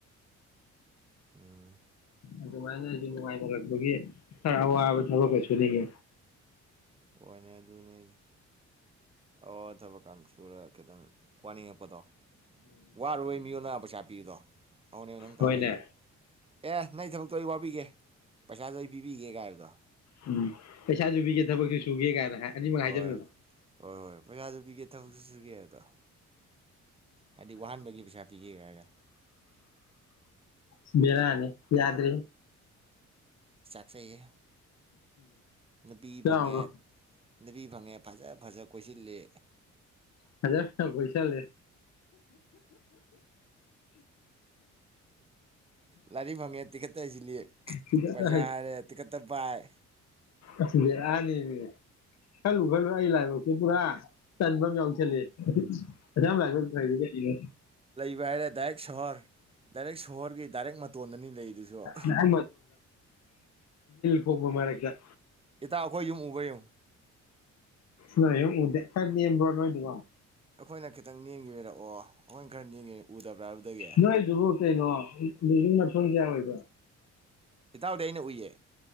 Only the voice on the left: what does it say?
ꯑꯗꯨꯃꯥꯏꯅꯁꯨ ꯅꯨꯡꯉꯥꯏꯅꯔꯛꯄꯒꯤ ꯈꯔ ꯑꯋꯥꯕ ꯊꯕꯛꯀ ꯁꯨꯅꯤꯡꯉꯦ
ꯍꯣꯏꯅꯦ
ꯎꯝ ꯄꯩꯁꯥꯁꯨ ꯄꯤꯒꯦ ꯊꯕꯛꯁꯨ ꯁꯨꯒꯦ ꯀꯥꯏꯅ ꯍꯥꯏ ꯑꯅꯤꯃꯛ ꯍꯥꯏꯖꯟꯕꯗꯣ
ꯎꯝ ꯕꯦꯔꯥꯅꯤ ꯌꯥꯗ꯭ꯔꯦꯍꯦ
ꯌꯥꯎꯔꯣ
ꯐꯖꯥ ꯐꯖꯥ ꯀꯣꯏꯁꯤꯜꯂꯤ
ꯄꯤꯛꯇꯛꯇ
ꯑꯁꯥ ꯕꯦꯔꯅꯦꯃꯤ ꯈꯜꯂꯨ ꯈꯜꯂꯨꯔ ꯑꯩ ꯂꯥꯏꯕꯛꯁꯦ ꯄꯨꯔꯥ ꯇꯟꯖꯝꯌꯥꯎ ꯖꯤꯜꯂꯦ ꯑꯗꯨꯃꯌ꯭ꯥꯝ ꯂꯥꯏꯕꯛ ꯐꯥꯔꯤꯗꯨꯗ ꯍꯌꯦꯡ
ꯅꯥꯛ ꯄꯣꯝꯕ ꯃꯔꯛꯇ
ꯅꯣꯏꯌꯨꯝꯎꯗꯦ ꯈꯔꯥ ꯅꯦꯝꯕ꯭ꯔꯣ ꯅꯣꯏꯗꯨꯕꯣ
ꯅꯣꯏꯗꯨꯕꯨ ꯀꯩꯅꯣ ꯕꯤꯜꯗꯤꯡ ꯃꯊꯣꯟ ꯀꯌꯥ ꯑꯣꯏꯒꯦ